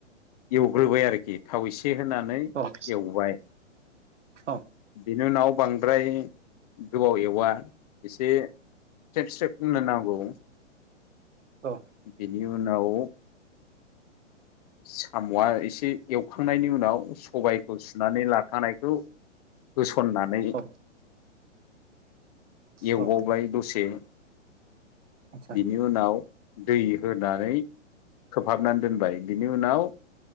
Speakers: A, on the left (about 35°); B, on the right (about 75°).
A: एवग्रोबाय आरोखि थाव एसे होनानै
B: औ
A: एवबाय
B: औ
A: इनि उनाव बांद्राय गोबाव एवा एसे स्रेब स्रेब होननो नांगौ
B: औ
A: बेनि उनाव साम'आ एसे एवखांनायनि उनाव सबायखौ सुनानै लाखानायखौ होसननानै
B: औ
A: एवबाव
B: औ
A: बाय दसे
B: आतसा
A: बिनि उनाव दै होनानै खोबहाबनानै दोनबाय बिनि उनाव